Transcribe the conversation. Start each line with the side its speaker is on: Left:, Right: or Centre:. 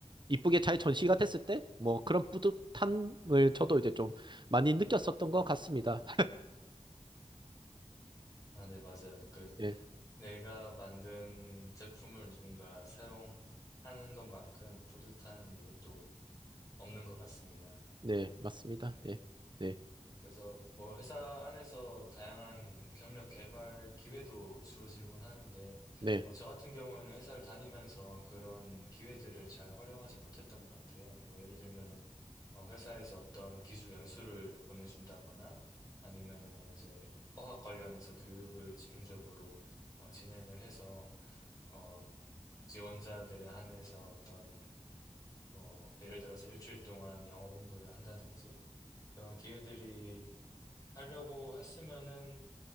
Right: 이쁘게 잘 전시가 됐을 때 뭐 그런 뿌듯함을 저도 이제 좀 많이 느꼈었던 것 같습니다.
Left: 아, 네, 맞아요. 그
Right: 네,
Left: 내가 만든 제품을 누군가 사용하는 것만큼 뿌듯한 일이 또 없는 것 같습니다.
Right: 네, 맞습니다.
Left: 네네.
Right: 네, 네,
Left: 그래서 뭐 회사 안에서 다양한 경력 개발 기회도 주어지곤 하는데,
Right: 네,
Left: 어, 저 같은 경우는 회사를 다니면서 그런 기회들을 잘 활용하지 못했던 것 같아요. 뭐 예를 들면은, 어, 회사에서 어떤 기술 연수를 보내준다거나, 아니면은 이제 어학 관련해서 교육을 집중적으로 어, 진행을 해서, 어, 지원자들에 한해서 어떤, 뭐 예를 들어서 일주일 동안 영어 공부를 한다든지, 그런 기회들이 하려고 했으면은